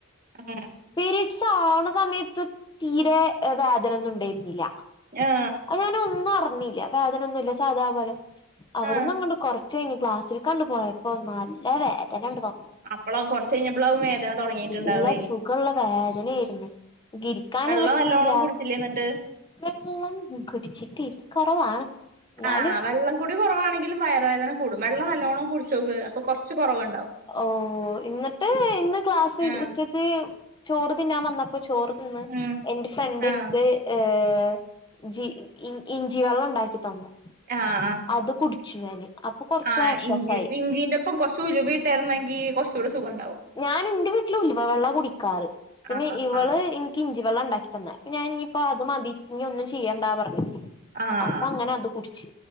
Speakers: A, on the right; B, on the left.
A: ഉം
B: പീരീഡ്സ് ആവണ സമയത്ത് തീരെ വേദനൊന്നും ഉണ്ടെയ്ന്നില
A: ആ
B: അപ്പൊ ഞാനോന്നും അറിഞ്ഞീല്ലാ വേദന ഒന്നും ഇല്ല സാധാ പോലെ അവട്ന്ന്
A: ആഹ്
B: ഇങ്ങണ്ട് കൊറ ച്ചെയ്ഞ് ക്ലാസ്സിൽക്കണ്ടു പോയപ്പോ നല്ല വേദനണ്ട് വന്നു
A: അപ്പള കൊർച്ചെഴിഞ്ഞപ്പളാവും വേദന തൊടങ്ങീറ്റ്ണ്ടാവേ
B: നല്ല സുഖള്ള വേദനയേരുന്നു ഇക്ക് ഇരിക്കാനും
A: വെള്ളം
B: പറ്റിണില്ല
A: നല്ലോണം കുടിച്ചില്ലേ എന്നിട്ട്
B: വെള്ളം കുടിച്ചിട്ട് കൊറവാണ് എന്നാലും
A: ആ വെള്ളം കുടി കൊറവാണെങ്കിലും വയറുവേദന കൂടും വെള്ളം നല്ലോണ്ണം കുടിച്ചോക്ക് അപ്പൊ കൊർച്ച് കൊറവ്ണ്ടാവും
B: ഓ ഇന്നട്ട് ഇന്ന് ക്ലാസ്
A: ആഹ്
B: ഉച്ചക്ക് ചോറ് തിന്നാൻ വന്നപ്പോ ചോറ് തിന്ന്
A: ഉം
B: എന്റെ ഫ്രണ്ട്
A: ആഹ്
B: ഇൻക്ക് ഏഹ് ജി ഇഞ്ചി വെള്ളം ഇണ്ടാക്കി തന്നു
A: ആഹ് ആ
B: അത് കുടിച്ചു ഞാന് അപ്പൊ കൊറച്ച്
A: ആഹ്
B: ആശ്വാസായി
A: ഇഞ്ചി ഇഞ്ചിന്റെ ഒപ്പം കൊറച്ച് ഉലുവ ഇടയിരുന്നെങ്കിൽ കുറച്ച കൂടെ സുഖംണ്ടാവും
B: ഞാൻ എന്റെ വീട്ടിൽ ഉലുവ വെള്ളാ കുടിക്കാറ് പിന്നെ
A: ആഹ്
B: ഇവള്
A: ആഹ്
B: എനിക്ക് ഇഞ്ചി വെള്ളാ ഇണ്ടാക്കി തന്നെ അപ്പൊ ഞാൻ ഇനിയിപ്പോ അത് മതി ഇനി ഒന്നും ചെയ്യണ്ടാ പറഞ്ഞഞ്
A: ആഹ് ആഹ്
B: അപ്പൊ അങ്ങനെ അത് കുടിച്ച്